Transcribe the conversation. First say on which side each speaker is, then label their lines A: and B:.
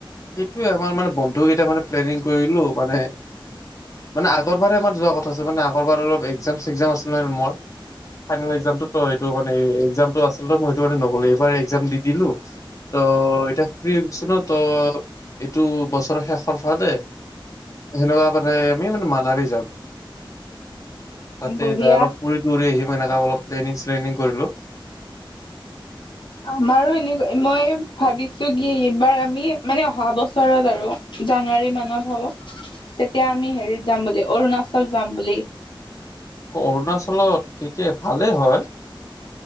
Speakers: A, on the left (about 40°); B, on the left (about 65°).
A: সেইটো এবাৰ মানে বন্ধু কেইটা মানে প্লেনিং কৰিলোঁ মানে মানে আগৰবাৰ আমাৰ যোৱা কথা আছিলে। মানে আগৰবাৰ অলপ এক্সাম চেকজাম আছিল নহয় মোৰ ফাইনেল এক ত, সেইটো কাৰণে মানে এক্সামটো আছিলে। মই সেইটো কাৰণে নগলো এইবাৰ এক্সামটো দি দিলোঁ। ত এতিয়া ফ্ৰী হৈ গৈছোঁ ন, ত এইটো বছৰৰ শেষৰ ফালে হেনেকুৱা <unintelligible> যে আমি মানে মানালী যাম। তাতে
B: বঢ়িয়া
A: যাই অলপ ফুৰি তুৰি আহিম এনেকে অলপ প্লেনিং চ্লেনিং কৰিলোঁ',
B: আমাৰো এনেকুৱা, মই ভাবিছোঁ কি এইবাৰ আমি', মানে অহা বছৰত আৰু জানুৱাৰী মানত হ'ব', তেতিয়া আমি হেৰিত যাম বুলি, অৰুণাচল যাম বুলি',
A: অৰুণাচলত, ঠিকেই ভালেই হয়',